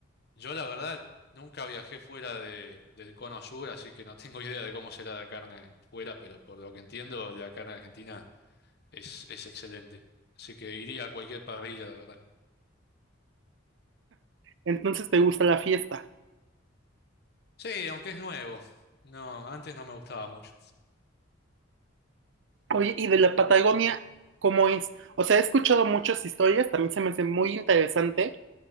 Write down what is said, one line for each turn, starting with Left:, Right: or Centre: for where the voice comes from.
Left: Yo la verdad nunca viajé fuera de, del cono sur, así que no tengo <laughs> idea de cómo será la carne fuera, pero por lo que entiendo, la carne argentina es, es excelente. Así que iría a cualquier parrilla, la verdad.
Right: Entonces, ¿te gusta la fiesta?
Left: Sí, aunque es nuevo. No, antes no me gustaba mucho.
Right: Oye, ¿y de la Patagonia cómo es? O sea, he escuchado muchas historias, también se me hace muy interesante,